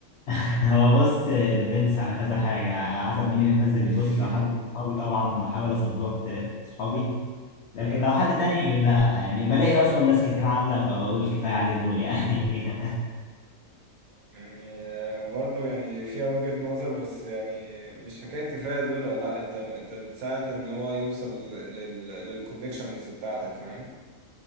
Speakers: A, on the left; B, on the right.
A: <laughs> هو بص ديبينس على كذا حاجة على حسب مين اللي منزل
B: <laughs>
A: البوست لو حد من صحابي طبعا بحاول اسبورت صحابي لكن
B: ايوه
A: لو
B: فاهم
A: حد تاني لا يعني بلاقي اصلا ناس كتير عاملة فبقول كفاية عليه دول يعني <laughs>
B: يعني آه، برضه يعني فيها وجهة نظر بس يعني مش حكاية كفاية دول ولا لا انت انت بتساعد ان هو يوصل لل للكونكشنز بتاعتك فاهم